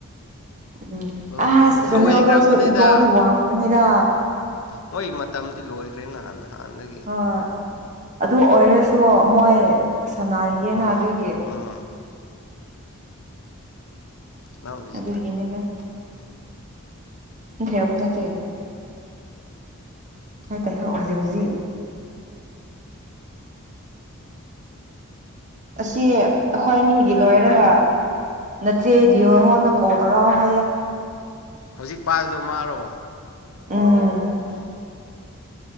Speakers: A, on the right; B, on the left.
A: ꯎꯝ
B: ꯂꯣꯏꯈ꯭ꯔꯅꯤ
A: ꯑꯁ ꯔꯣꯅꯥꯜꯗꯣꯁꯨ
B: ꯂꯣꯏꯈ꯭ꯔꯕꯅꯤꯗ
A: ꯏꯒꯣꯗꯤ ꯋꯥꯡꯕꯅꯤꯗ
B: ꯅꯣꯏ ꯃꯇꯝꯗꯤ ꯂꯣꯏꯈ꯭ꯔꯦ ꯅꯍꯥꯟꯅ ꯅꯥꯟꯅꯗꯒꯤ
A: ꯍꯣꯏ ꯑꯗꯨ ꯑꯣꯏꯔꯁꯨ ꯃꯣꯏ ꯁꯅꯥꯔꯤꯌꯦꯅ
B: ꯎꯝ
A: ꯑꯗꯨꯒꯤ
B: ꯎꯝ ꯁꯕꯗꯤꯁꯤꯅꯦ
A: ꯑꯗꯨꯒꯤꯅꯤꯗ
B: ꯎꯝ
A: ꯈꯦꯕꯅꯦ ꯆꯦ ꯍ ꯇ ꯍ ꯍꯧꯖꯤ ꯍꯧꯖꯤ ꯑꯁꯤ ꯑꯩꯈꯣꯏ ꯑꯅꯤꯒꯤ ꯂꯣꯏꯔꯒ ꯅꯠꯇꯦ ꯗꯤꯌꯣ ꯍꯣꯟꯅ ꯀꯣꯜ ꯇꯧꯔꯛꯑꯣ ꯍꯥꯏꯌꯦ
B: ꯍꯧꯖꯤꯛ ꯄꯥꯏꯕꯗꯣ ꯃꯥꯔꯣ
A: ꯎꯝ
B: ꯑꯣ